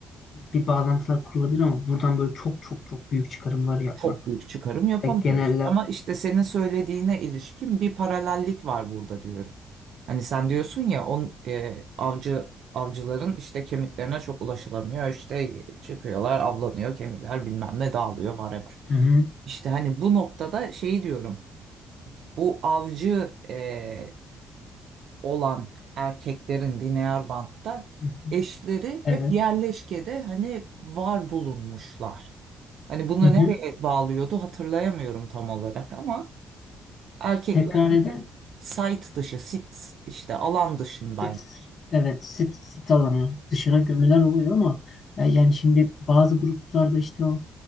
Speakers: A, on the left; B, on the right.
A: bir bağlantılar kurulabilir ama buradan böyle çok çok çok büyük çıkarımlar yapmak
B: Çok büyük çıkarım yapamıyoruz.
A: ve genelle
B: Ama işte senin söylediğine ilişkin bir paralellik var burada diyorum. Hani sen diyorsun ya on e, avcı avcıların işte kemiklerine çok ulaşılamıyor. İşte çıkıyorlar, avlanıyor, kemikler bilmem ne dağılıyor whatever.
A: hı hı,
B: İşte hani bu noktada şeyi diyorum. Bu avcı e, olan erkeklerin Dinyarbank'ta
A: hı hı,
B: eşleri
A: evet
B: hep yerleşkede hani var bulunmuşlar. Hani bunu
A: hı hı.
B: nereye bağlıyordu hatırlayamıyorum tam olarak ama erkeklerde
A: Tekrar eder
B: site dışı, sit işte alan dışındayım.
A: Sit, evet sit, sit alanı dışına gömüler oluyor ama e, yani şimdi bazı gruplarda işte o